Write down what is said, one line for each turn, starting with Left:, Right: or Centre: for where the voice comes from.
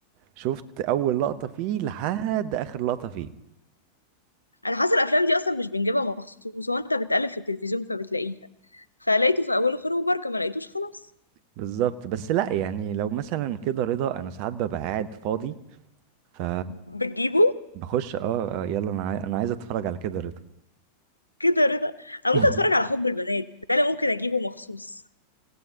Right: شفت اول لقطة فيه لحد اخر لقطة فيه
Left: انا حاسه الافلام دي اصلا مش بنجيبها مخصوص هو انت بتقلب في التلفزيون فبتلاقيها فلقيته في اوله خير وبركه ما لقيتوش خلاص
Right: بالظبط بس لا يعني لو مثلا كده رضا انا ساعات ببقى قاعد فاضي ف
Left: بتجيبه
Right: بخش اه آه، يلا انا عاي... انا عايز اتفرج على كده رضا
Left: كده رضا انا
Right: <laughs>
Left: ممكن اتفرج على حب البنات ده انا ممكن اجيبه مخصوص